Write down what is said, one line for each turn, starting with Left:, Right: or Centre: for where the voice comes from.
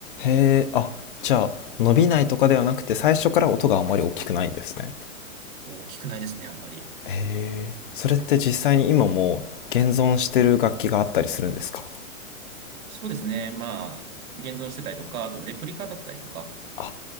Left: えあじゃあ伸びないとかではなくて最初から音があんまり大きくないんですね
Right: 大きくないですね、あんまり。
Left: へえそれって実際に今も現存してる楽器があったりするんですか
Right: そうですね。まあ、現存してたりとか、あとレプリカだったりとか。
Left: あ